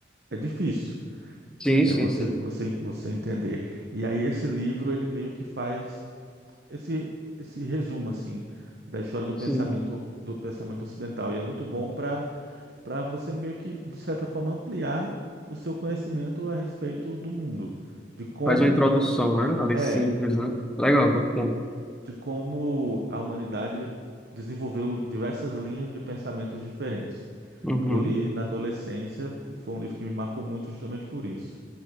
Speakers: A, on the right; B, in the centre.
A: é difícil.
B: Sim,
A: É
B: sim,
A: você,
B: sim.
A: você, você entender. E aí esse livro, ele meio que faz esse, esse resumo, assim, da história do pensamento,
B: Sim.
A: do pensamento ocidental. E é muito bom para para você meio que, de certa forma, ampliar o seu conhecimento a respeito do mundo, de como
B: Faz uma introdução, né? Ali
A: é,
B: simples, né? Legal, muito bom.
A: de como a humanidade desenvolveu diversas linhas de pensamentos diferentes.
B: Uhum.
A: Eu li na adolescência, foi um livro que me marcou muito justamente por isso.